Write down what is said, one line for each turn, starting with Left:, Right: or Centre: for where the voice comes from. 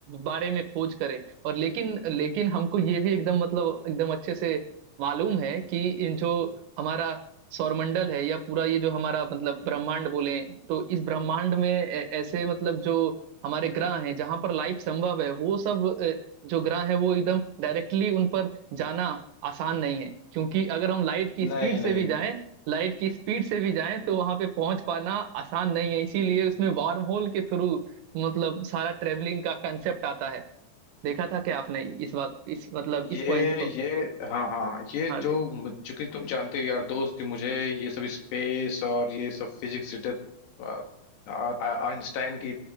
Right: बारे में खोज करें और लेकिन लेकिन हमको ये भी एकदम मतलब एकदम अच्छे से मालूम है कि इन जो हमारा सौरमंडल है या पूरा ये जो हमारा मतलब ब्रह्मांड बोले तो इस ब्रह्मांड में ऐ- ऐसे मतलब जो हमारे ग्रह हैं जहां पर लाइफ संभव है वो सब अ, जो ग्रह है वो एकदम डायरेक्टली उन पर जाना आसान नहीं है क्योंकि अगर हम लाइट की
Left: नहीं
Right: स्पीड से
Left: नहीं
Right: भी जाएं लाइट की स्पीड से भी जाएं तो वहां पे पहुंच पाना आसान नहीं है इसीलिए उसमें वार्म होल के थ्रू मतलब सारा ट्रेवलिंग का कंसेप्ट आता है देखा था क्या आपने इस बात इस मतलब
Left: ये
Right: इस पॉइंट को
Left: ये हाँ हाँ ये
Right: हाँ
Left: जो मु- चूंकि तुम जानते हो यार दोस्त कि मुझे ये सब स्पेस और ये सब फिजिक्स रिलेटेड आइंस्टाइन की